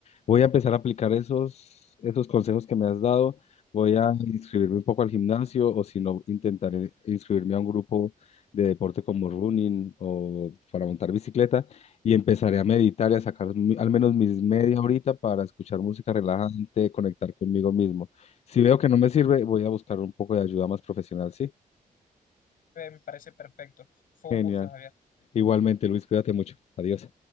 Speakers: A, on the left (about 45°); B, on the left (about 70°).
A: Voy a empezar a aplicar esos, esos consejos que me has dado. Voy a inscribirme un poco al gimnasio o si no, intentaré inscribirme a un grupo de deporte como running o para montar bicicleta y empezaré a meditar y a sacar mi- al menos mis media horita para escuchar música relajante, conectar conmigo mismo. Si veo que no me sirve, voy a buscar un poco de ayuda más profesional, ¿sí?
B: Eh, Me parece perfecto. Fue
A: Genial.
B: un gusto, Javier.
A: Igualmente, Luis, cuídate mucho. Adiós.